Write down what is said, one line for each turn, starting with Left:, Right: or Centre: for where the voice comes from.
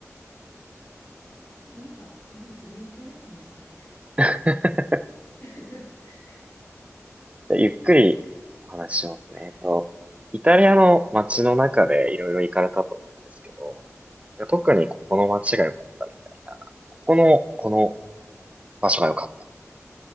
Left: これなんかすごいずれてるかもしれないです、
Right: <laughs> じゃ
Left: これ。<laughs>
Right: あゆっくりお話ししますね。
Left: はい。
Right: えっと、イタリアの街の中でいろいろ行かれたと思うんですけど、特にここの街が良かったみたいな、ここの、この場所が良かった